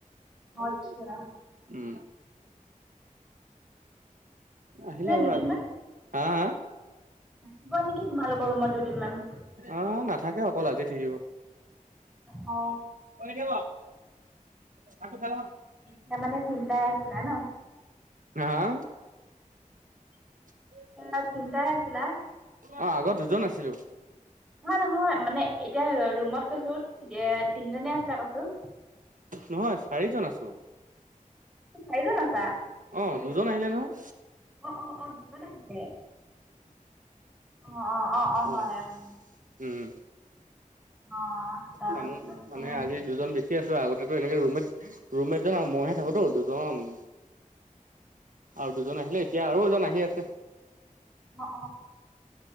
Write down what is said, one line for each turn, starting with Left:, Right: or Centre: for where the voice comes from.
Centre: আচ্ছা।
Right: উম। আহিলা
Centre: মানে
Right: আৰু
Centre: দুদিনমান
Right: আজি হা হা।
Centre: থাকিব নেকি তোমালোকৰ ৰুমত দুদিনমান?
Right: অ নাথাকে অকল আজি থাকিব।
Centre: অঁ'
Right: অ দিব্য ভাতটো খাই লং আহ।
Centre: এতিয়া মানে তিনিটাই আছিলে ন?
Right: আহা? <unintelligible>
Centre: ইয়াত তিনিটাই আছিলা?
Right: অ' আগত দুজন আছিলো।
Centre: নহয় নহয় মানে এতিয়া ৰুমত কৈছো এ তিনজনে আছিলে কৈছো?
Right: নহয় চাৰিজন আছো।
Centre: চাৰিজন আছা!
Right: অ' দুজন আহিলে নহয়।
Centre: অ, অ, অ- দুজন আহিলে। অ', অ', অ', অ', হয়,
Right: অঁ।
Centre: উম,
Right: উম,
Centre: অ', তাৰপাছতে
Right: মানুহ মানে আজি- দুজন বেছি আছো আগতে এনেকে ৰুমেট ৰুমেটজন আৰু মইহে থাকোতো দুজন- আৰু দুজন আহিলে এতিয়া আৰু এজন আহি আছে।
Centre: অ',